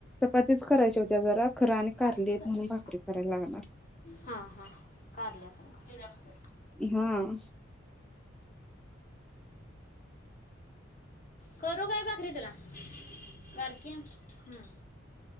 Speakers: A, in the centre; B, on the left (about 40°).
A: <unintelligible> खरच आणि कारली
B: बारकं
A: आहेत
B: कर.
A: म्हणुन भाकरी करायला लागणार
B: हा हा करल्या स <inaudible> हे जास्तय!
A: हुं!
B: करू काय भाकरी तुला? बारक्या हं